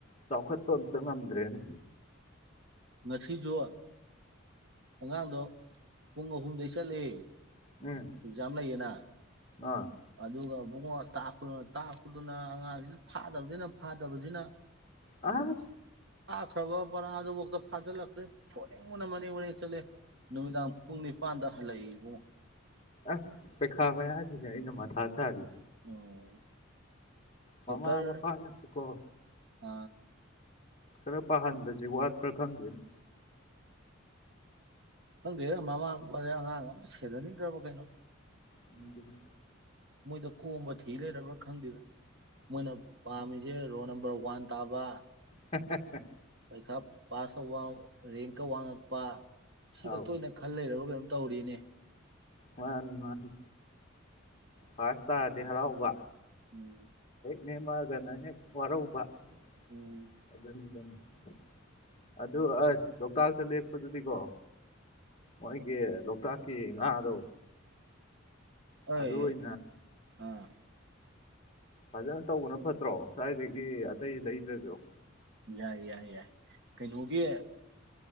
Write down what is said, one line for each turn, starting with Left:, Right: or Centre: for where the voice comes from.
Left: ꯆꯥꯎꯈꯠꯄ ꯑꯝꯇ ꯉꯝꯗ꯭ꯔꯦꯅꯦ
Right: ꯉꯁꯤꯁꯨ ꯑꯉꯥꯡꯗꯣ ꯄꯨꯡ ꯑꯍꯨꯝꯗꯩ ꯆꯠꯂꯦ
Left: ꯎꯝ
Right: ꯑꯦꯛꯖꯥꯝ ꯂꯩꯌꯦꯅ
Left: ꯑꯥ
Right: ꯑꯗꯨꯒ ꯕꯨꯡꯉꯣ ꯇꯥꯛꯄꯗꯨꯅ ꯇꯥꯛꯄꯗꯨꯅ ꯑꯉꯥꯡꯁꯤꯅ ꯐꯥꯗꯅꯤꯅ ꯐꯥꯗꯕꯁꯤꯅ
Left: ꯑ
Right: <unintelligible> ꯄꯥꯔꯥꯗꯨꯕꯥꯎ ꯐꯥꯖꯤꯂꯛꯇ꯭ꯔꯦ ꯐꯨꯅꯤꯡꯕꯅ ꯃꯔꯦꯡ ꯃꯔꯦꯡ ꯆꯠꯂꯦ ꯅꯨꯃꯤꯗꯥꯡ ꯄꯨꯡ ꯅꯤꯄꯥꯟꯗ ꯍꯜꯂꯛꯏ ꯏꯕꯨꯡꯣ
Left: ꯑꯁ ꯄꯩꯈꯥ ꯃꯌꯥꯁꯤꯅꯦ ꯑꯩꯅ ꯃꯊꯥ ꯁꯥꯥꯔꯤ
Right: ꯎꯝ
Left: ꯃꯃꯥ
Right: ꯆꯦꯞꯇꯔ
Left: ꯃꯄꯥꯅꯕꯀꯣ
Right: ꯑ
Left: ꯈꯔ ꯄꯍꯥꯟꯕꯖꯤ ꯋꯥꯠ ꯄꯔ ꯈꯪꯗꯦꯅꯦ
Right: ꯈꯪꯗꯦ ꯃꯃꯥ ꯑꯉꯥꯡꯒ ꯑꯇ ꯁꯦꯗꯅꯤꯡꯗ꯭ꯔꯕꯣ ꯀꯩꯅꯣ
Left: ꯎꯝ
Right: ꯃꯣꯏꯗ ꯀꯣꯝꯕ ꯊꯤ ꯂꯩꯔꯕ꯭ꯔꯥ ꯈꯪꯗꯦꯗ ꯃꯣꯏꯅ ꯄꯝꯃꯤꯖꯦ ꯔꯣꯜ ꯅꯝꯕꯔ ꯅꯝꯕꯔ ꯋꯥꯟ ꯇꯥꯕ
Left: ꯍ ꯍ ꯍ
Right: ꯄꯩꯈꯥ ꯄꯥꯁ ꯇꯧꯕ ꯔꯦꯡꯀ ꯋꯥꯡꯉꯛꯄ ꯁꯤ
Left: ꯑꯧ
Right: ꯈꯛꯇꯣꯏꯅ ꯈꯜ ꯂꯩꯔꯕ ꯀꯩꯅꯣ ꯇꯧꯔꯤꯅꯦ
Left: ꯃꯥꯅꯤ ꯃꯥꯅꯤ ꯐꯥꯁ ꯇꯥꯔꯗꯤ ꯍꯔꯥꯎꯕ
Right: ꯎꯝ
Left: ꯅꯦꯝꯃꯒꯅ ꯍꯦꯛ ꯋꯥꯔꯧꯕ <unintelligible>
Right: ꯎꯝ
Left: ꯑꯗꯨ ꯑꯁ ꯂꯣꯛꯇꯥꯛꯇ ꯂꯦꯛꯞꯄꯗꯨꯗꯤꯀꯣ ꯃꯣꯏꯒꯤ ꯂꯣꯛꯇꯥꯛꯀꯤ ꯉꯥꯗꯣ
Right: ꯑꯩ
Left: ꯑꯗ ꯏ
Right: ꯑꯥ
Left: ꯐꯖꯅ ꯇꯧꯕꯅ ꯐꯠꯇ꯭ꯔꯣ ꯁ꯭ꯥꯏꯏꯗꯒꯤ ꯑꯇꯩ ꯂꯩꯗ꯭ꯔꯁꯨ
Right: ꯌꯥꯏ ꯌꯥꯏ ꯌꯥꯏ ꯀꯩꯅꯣꯒꯤ